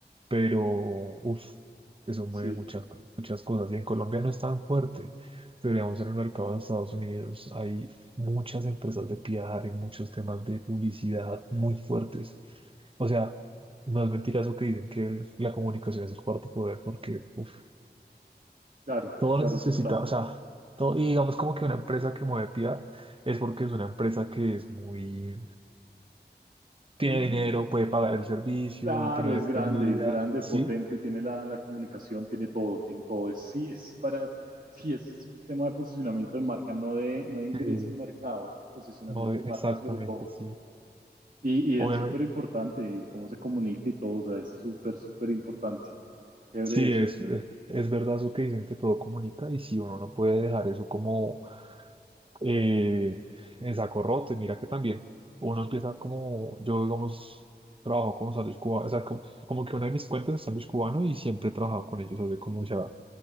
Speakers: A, on the right; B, on the right.
A: pero uff, eso mueve
B: sí,
A: muchas, muchas cosas. Y en Colombia no es tan fuerte, pero digamos en el mercado de Estados Unidos hay muchas empresas de PR y muchos temas de publicidad muy fuertes. O sea, no es mentira eso que dicen que la comunicación es el cuarto poder, porque uf,
B: claro,
A: todo
B: claro,
A: necesita,
B: total.
A: o sea, todo, y digamos como que una empresa que mueve PR es porque es una empresa que es muy, tiene
B: Mm,
A: dinero, puede pagar el servicio,
B: Claro,
A: tiene
B: es
A: la disponibilidad,
B: grande, es grande,
A: sí,
B: potente, tiene la, la comunicación, tiene todo, tiene todo. Es, sí, es para, sí, es un tema de posicionamiento de marca, no de, no de ingreso
A: sí,
B: a un mercado, posicionamiento
A: mover-
B: de marca
A: exactamente,
B: sobre todo.
A: sí.
B: Y, y es
A: Obviamente,
B: súper importante y cómo se comunica y todo, o sea, es súper, súper importante. Chévere
A: sí,
B: eso.
A: es, es, es verdad eso que dicen que todo comunica y si uno no puede dejar eso como eh, en saco roto, y mira que también uno empieza como, yo digamos, trabajo con sándwich cubano, o sea, como, como que una de mis cuentas es sándwich cubano y siempre he trabajado con ellos hace como ya